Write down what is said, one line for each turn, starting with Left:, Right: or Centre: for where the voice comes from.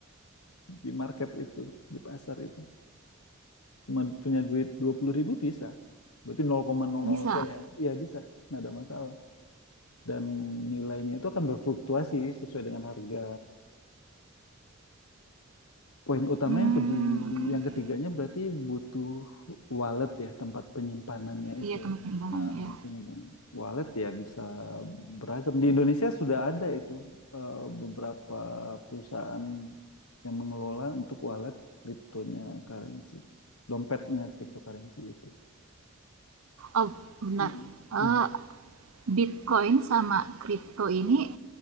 Left: di market itu di pasar itu cuma punya duit dua puluh ribu bisa. Berarti nol nol koma nol
Right: bisa.
Left: nol sekian ya. Iya bisa, nggak ada masalah. Dan nilainya itu akan berfluktuasi sesuai dengan harga. Poin utama
Right: Hmm,
Left: yang kedua, yang ketiganya berarti butuh wallet ya, tempat penyimpanannya itu.
Right: iya tempat penimbangannya
Left: Nah,
Right: ya.
Left: penyimpanan. Wallet ya bisa beragam. Di Indonesia sudah ada itu eh, beberapa perusahaan yang mengelola untuk wallet kriptonya currency, dompetnya cryptocurrency itu.
Right: Oh benar.
Left: Mm. mm.
Right: Eh, Bitcoin sama kripto ini,